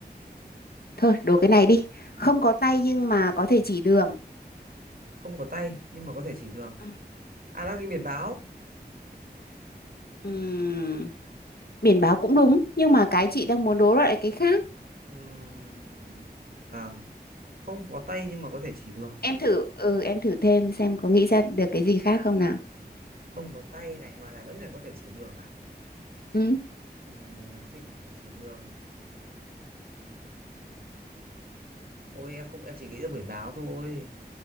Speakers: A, on the left; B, on the right.
A: thôi đố cái này đi không có tay nhưng mà có thể chỉ đường
B: Không có tay nhưng mà có thể chỉ đường
A: Ừ.
B: À là cái biển báo
A: Ừm, biển báo cũng đúng nhưng mà cái chị đang muốn đố lại cái khác
B: Ừm, Vâng Không có tay nhưng mà có thể chỉ đường
A: em thử ừ em thử thêm xem có nghĩ ra được cái gì khác không nào
B: không có tay này mà lại vẫn phải có thể chỉ đường à
A: ừ.
B: Ừm, thế chỉ đường ôi em không em chỉ nghĩ ra biển báo thôi